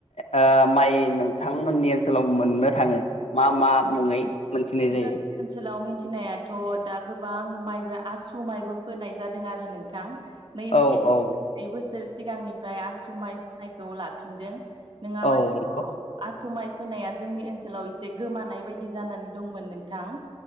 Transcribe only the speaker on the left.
ओ माइ नोंथांमोननि ओनसोलाव मोननो थाङो? मा मा मुङै मोनथिनाय
जायो।
औ
औ
औ नंगौ